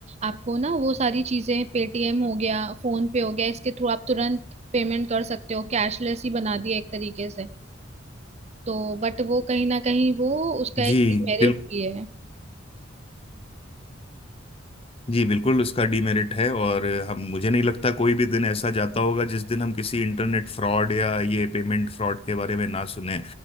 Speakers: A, on the right (about 35°); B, on the left (about 30°).
A: आपको ना वो सारी चीजें पेटीएम हो गया फोन पे हो गया इसके थ्रू आप तुरंत पेमेंट कर सकते हो कैशलेस ही बना दिया एक तरीके से तो बट वो कहीं ना कहीं वो उसका एक
B: जी
A: मेरिट
B: बिल
A: भी है
B: जी बिल्कुल उसका डीमेरिट है और हम मुझे नहीं लगता कोई भी दिन ऐसा जाता होगा जिस दिन हम किसी इंटरनेट फ्रॉड या ये पेमेंट फ्रॉड के बारे में ना सुने